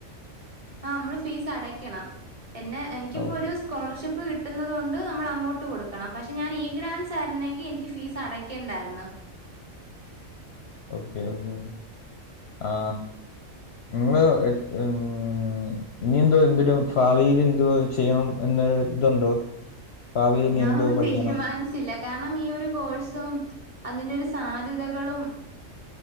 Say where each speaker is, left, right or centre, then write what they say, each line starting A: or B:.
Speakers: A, on the right; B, on the left.
A: ആ നമ്മള് ഫീസ് അടക്കണം. എന്നെ എനിക്കിപ്പോ
B: ഓ
A: ഒരു. സ്കോളർഷിപ്പ് കിട്ടുന്നുന്നത് കൊണ്ട്. നമ്മൾ അങ്ങോട്ട് കൊടുക്കണം. പക്ഷെ ഞാൻ ഈ ഗ്രാൻസ് ആരുന്നെങ്കിൽ എനിക്ക് ഫീസ് അടയ്ക്കേണ്ടായിരുന്നു.
B: ഓക്കെ ഓക്കേ ആ നിങ്ങള് <inaudible> ഇനി എന്തോ എന്തൊരു ഭാവിൽ എന്തോ ചെയ്യണം എന്നൊ ഇതുണ്ടോ? ഭാവിയിൽ ഇനി
A: ഞാൻ
B: എന്തോ
A: ഒന്നും
B: പഠിക്കണം
A: തീരുമാനിച്ച കാരണം ഈ ഒരു കോഴ്സും അതിന്റെ ഒരു സാധ്യതകളും.